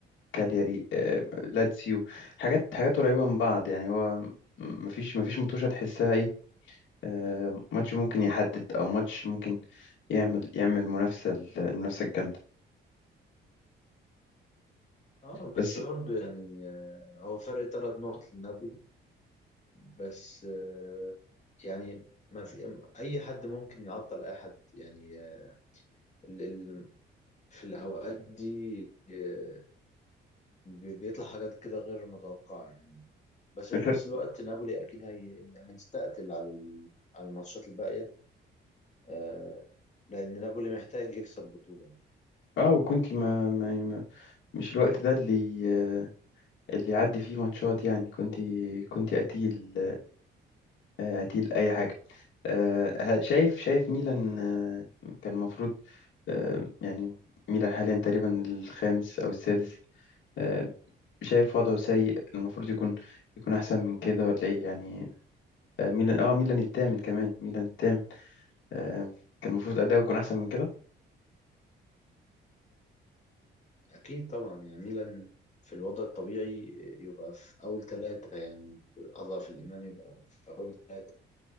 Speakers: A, on the left (about 70°); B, on the left (about 35°).
A: كالياري آه، لاتسيو حاجات حاجات قريبة من بعض يعني هو م- مفيش مفيش متوشة تحسها إيه آه، ماتش ممكن يحدد أو ماتش ممكن يعمل يعمل منافسة المنافسة الجامدة
B: اه
A: بس
B: بس برضه يعني آه، هو فرق ثلاث نقط لنابولي بس آه، يعني ما في أي حد ممكن يعطل أي حد يعني آه، ال... ال- في الأوقات دي آه، بي- بيطلع حاجات كده غير متوقعة يعني بس في
A: فرق
B: نفس الوقت نابولي اكيد هي... هيستقتل على ال... على الماتشات الباقيه آه... لان نابولي محتاج يكسب بطوله يعني.
A: اه وكنت ما ما- يعني ما مش الوقت ده اللي آه، اللي يعدي فيه ماتشات يعني كنت كنت قتيل آه، أتيل أي حاجة آه، ه- شايف شايف ميلان آه، كان المفروض آه، يعني ميلان حاليا تقريبا الخامس أو السادس آه، شايف وضعه سيء المفروض يكون يكون أحسن من كده ولا إيه يعني آه، ميلان آه ميلان التامن كمان ميلان التامن آه، كان المفروض أداؤه يكون أحسن من كده
B: اكيد طبعا يعني ميلان في الوضع الطبيعي يبقى في اول ثلاثه يعني اضعف الايمان يبقى في اول ثلاثه